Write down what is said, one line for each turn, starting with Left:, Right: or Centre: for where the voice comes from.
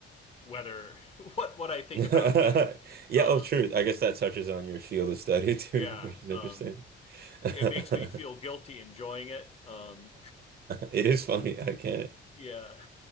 Left: whether <laughs> what what I think
Right: Yeah,
Left: about that. Um
Right: oh, true. I guess that touches on your field of study too,
Left: yeah,
Right: <laughs> which is
Left: um
Right: interesting. <laughs>
Left: it makes me feel guilty enjoying it. Um
Right: It is funny. I can't.
Left: Yeah.